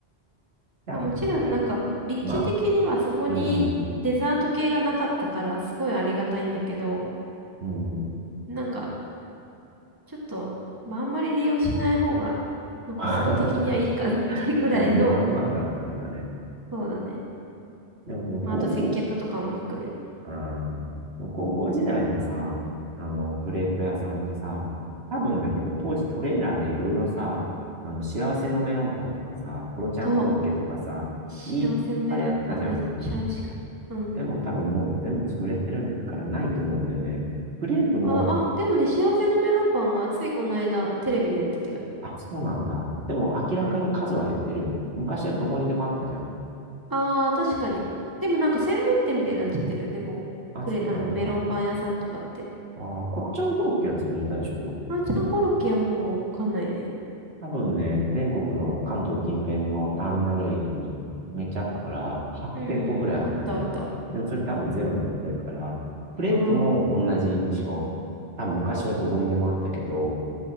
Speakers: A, on the right (about 70°); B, on the right (about 20°).
A: ゃあ、
B: まあもちろんなんか、立地的にはそこにデザート系がなかったからすごいありがたいんだけど、
A: ま、うん、うん。
B: なんか、ちょっと、まあ、あんまり利用しない方が、まあ、コスパ的にはいいかなっていうぐらいの、
A: <laughs> じゃあ、まあまあだったんだね。
B: そうだね。
A: でもその高校、
B: まあ、あと接客とかも含め。
A: あーその高校時代のさ、あの、クレープ屋さんってさ、多分だけど、当時トレーラーでいろいろさ、あの、幸せのメロンパンとかさ、コロちゃんコロッケとかさ、
B: そう。幸せのメロンパンめっちゃ美味しかった。
A: いっぱいあったじゃん。
B: うん。
A: でも多分もう全部潰れてるからないと思うんだよね。クレープも
B: あ、あ、でもね、幸せのメロンパンはついこの間テレビでやってたよ。
A: あ、そうなんだ。でも明らかに数は減ってるよね。
B: うん。
A: 昔はどこにでもあったじゃん。
B: ああ、確かに。でもなんか専門店みたいになっちゃってるよね。もう、
A: あ、
B: これ、
A: そうなんだ。
B: あの、メロンパン屋さんとかって。
A: あー、コロちゃんコロッケは潰れたでしょ
B: ハラちゃんコロッケはもうわかんないね。
A: 多分ね、全国の関東近辺のターミナル駅にめっちゃあったから、100店舗くらいあったんじゃないでもそれ多分ゼロになってるから、
B: うんうん。あったあった。あ
A: クレープも同じ印象。
B: あ、うん。
A: 多分昔はどこにでもあったけど、